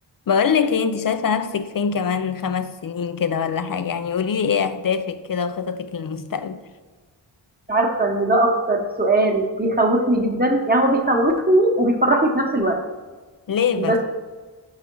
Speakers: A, on the left; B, on the right.
A: بقول لك ايه انت شايفة نفسك فين كمان خمس سنين كده ولا حاجة يعني قولي لي ايه اهدافك كده وخططك للمستقبل
B: عارفة إن ده أكتر سؤال بيخوّفني جدًا، يعني هو بيخوّفني وبيفرّحني في نفس الوقت،
A: ليه
B: بس
A: بس